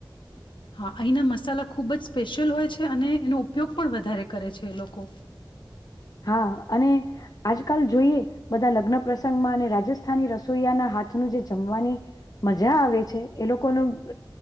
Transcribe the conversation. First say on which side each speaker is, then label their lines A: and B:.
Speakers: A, on the left (about 75°); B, on the left (about 50°).
A: હા અહીંના મસાલા ખૂબ જ સ્પેશિયલ હોય છે અને એનો ઉપયોગ પણ વધારે કરે છે એ લોકો.
B: હા અને, આજકાલ જોઈએ બધા લગ્ન પ્રસંગમાં અને રાજસ્થાની રસોઈયાના હાથનું જે જમવાની, મજા આવે છે એ લોકોનું